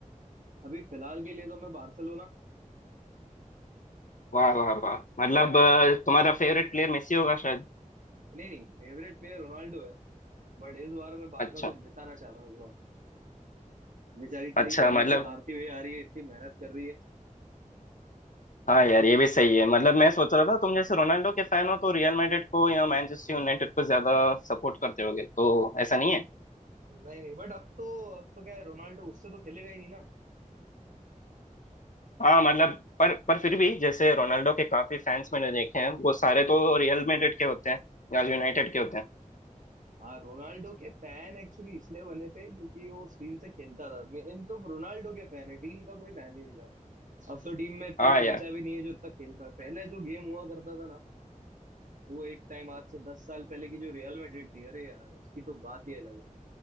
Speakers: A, on the right (about 70°); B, on the left (about 70°).
A: अभी फिलहाल के लिए तो मैं बार्सिलोना
B: वाह वाह वाह मतलब अ, तुम्हारा फेवरेट प्लेयर मेसी होगा शायद
A: नहीं नहीं फेवरेट प्लेयर रोनाल्डो है बट इस बार मैं बारका
B: अच्छा
A: को जिताना चाह रहा हूँ इस बार बेचारी
B: अच्छा
A: कई सालों
B: मतलब
A: से हारती हुई आ रही है इतनी मेहनत कर रही है
B: हाँ यार ये भी सही है मतलब मैं सोच रहा था तुम जैसे रोनाल्डो के फैन हो तो रियल मैड्रिड को या मैनचेस्टर यूनाइटेड को ज्यादा सपोर्ट करते होगे तो ऐसा नहीं है
A: नहीं नहीं बट अब तो अब तो क्या है रोनाल्डो उससे तो खेलेगा ही नहीं
B: हाँ मतलब पर पर फिर भी जैसे रोनाल्डो के काफी फैंस मैंने देखे हैं वो सारे
A: ना
B: तो रियल मैड्रिड के होते हैं या यूनाइटेड के होते हैं
A: हाँ रोनाल्डो के फैन एक्चुअली इसलिए बने थे क्योंकि वो उस टीम से खेलता था मेन तो रोनाल्डो के फैन है टीम का कोई फैन ही नहीं था अब तो टीम में इतना
B: हाँ
A: कोई
B: यार
A: बचा भी नहीं है जो इतना खेल पाए पहले जो गेम हुआ करता था ना वो एक टाइम आज से दस साल पहले की जो रियल मैड्रिड थी अरे यार उसकी तो बात ही अलग है